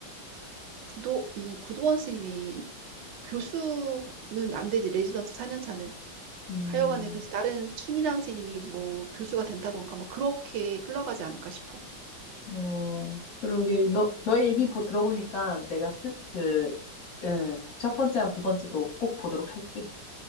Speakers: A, on the right (about 75°); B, on the left (about 55°).
A: 구도 이 구도원 스님이 교수는 안 되지. 레지던트 4년 차는.
B: 음,
A: 하여간에 그래서 다른 추미란 스님이 뭐 교수가 된다던가 뭐 그렇게 흘러가지 않을까 싶어.
B: 어, 그러게. 너, 너의 얘기 보, 들어보니까 내가 쓰, 그, 응, 첫 번째랑 두 번째도 꼭 보도록 할게.